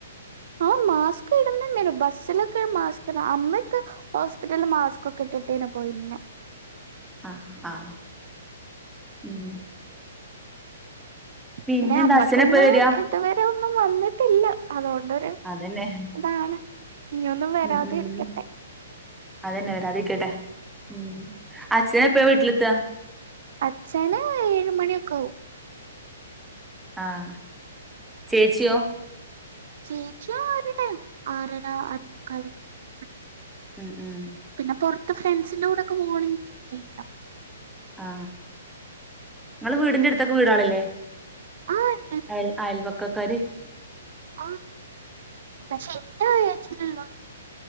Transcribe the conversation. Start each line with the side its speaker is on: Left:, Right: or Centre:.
Right: ആ മാസ്ക് ഇടുന്നുന്നുണ്ടേയ്നു ബസിലൊ മാസ്ക്കിട അമ്മയൊക്കെ ഹോസ്പിറ്റലിൽ മാസ്ക് ഒക്കെ ഇട്ടിട്ടേനു പോയിരുന്നെ
Centre: ആ ആ ഉം
Right: പിന്നെ
Centre: പിന്നെന്താ
Right: അമ്മക്കൊന്നും
Centre: അച്ഛനെപ്പ വരാ
Right: ഇതുവരെ ഒന്നും വന്നിട്ടില്ല അതോടെ ണ്ടൊരു
Centre: അതന്നെ
Right: ഇതാണ് ഇനിയൊന്നും വരാതെ
Centre: ഉം ഉം
Right: ഇരിക്കട്ടെ
Centre: അതന്നെ വരാതെ ഇരിക്കട്ടെ ഉം അച്ഛൻ എപ്പഴാ വീട്ടിലെത്താ
Right: അച്ഛന് ഏഴു മണിയൊക്കെ ആവും
Centre: ആഹ് ചേച്ചിയോ
Right: ചേച്ചി ആരുടൈം ആറര ആറെമുക്കാല് എട്ടുമണി
Centre: ഉം ഉം
Right: പിന്നെ പൊറത്ത് ഫ്രണ്ട്സിന്റെ കൂടെക്കെ പോണെങ്കും ലേറ്റ് ആവും
Centre: ആ ങ്ങള് വീടിന്റെടുത്തൊക്കെ വീടാളില്ലേ
Right: ആ ഉണ്ട്
Centre: അയൽ അയൽവക്കക്കാര്
Right: ആ <unintelligible> വല്യ